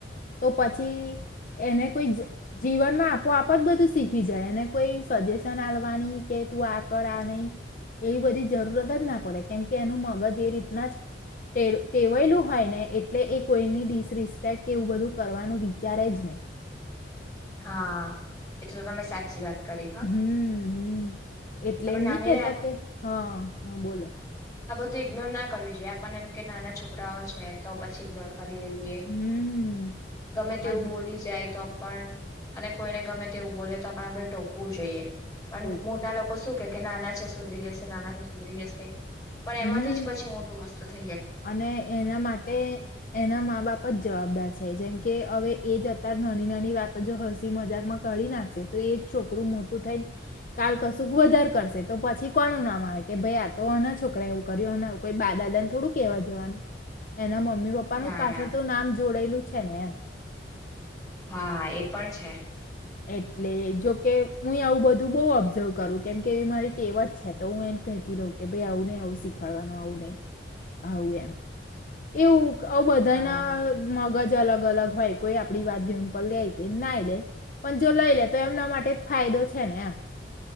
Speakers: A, on the left; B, on the left.
A: તો પછી એને કોઈ જીવનમાં આપો આપો જ બધું શીખી જાય, એને કોઈ સજેશન આવવાની કે તું આ કર આ નહી એવી બધી જરૂરત જ ના પડે કેમ કે એનું મગજ એ રીતના જ ટેવાયલું હોય ને એટલે એ કોઈની ડિસરિસ્પેક્ટ એવું બધું કરવાનું વિચારે જ નહી. <unintelligible>
B: હા, એ તો તમે સાચી વાત કરી હા
A: હમ હમ એટલે
B: આપણે
A: નહી
B: નાની
A: કેતા
B: ના
A: કે, હા, હ બોલો!
B: તો ઈગ્નોર ના કરવી જોઈએ આપણ એમ કે નાના છોકરાઓ છે. છે, તો પછી ઈગ્નોર કરી દઈએ
A: હમ
B: ગમે તેવું
A: અને
B: બોલી જાય, તો પણ અને કોઈને ગમે તેવું બોલે તો આપ આપડે ટોકવું જોઈએ. પણ
A: તો
B: મોટા લોકો શું કે કે નાના છે, સુધરી જશે નાના છે સુધરી જશે. પણ
A: હમ
B: એમાંથી જ પછી મોટું વસ્તુ થાય.
A: અને એના માટે એના મા બાપ જ જવાબદાર છે. જેમ કે હવે એ જત નાની નાની વાતો જો હસી મજાકમાં કરી નાખશે તો એજ છોકરું મોટું થ કાલ કશુંક વધારે કરશે તો પછી કોનું નામ આવે કે ભાઈ આ તો છો છોકરાએ એવું કર કોઈ બાદા ને થોડું કેવા જવાનું એના મમ્મ મમ્મી પપ્પાનું
B: ના
A: પાછળ
B: ના
A: તો નામ જોડેલું છે. ને એમ
B: હા, એ પણ છે.
A: એટલે જોકે હું આવું બધું બહુ ઓબ્ઝર્વ કરું કેમકે એ મારી ટેવ જ છે. તો હું એ કહેતી રહું કે ભાઈ આવું નહી આવું શીખાડવાનું આવું નહી આવું એમ એવું આવ બધાના
B: હા
A: મગજ અલગ અલગ હોય કોઈ આપણી વાત જેવન પણ લે, ના લે પણ જો લઈ લે તો એમના માટે ફાયદ ફાયદો છે. ને એમ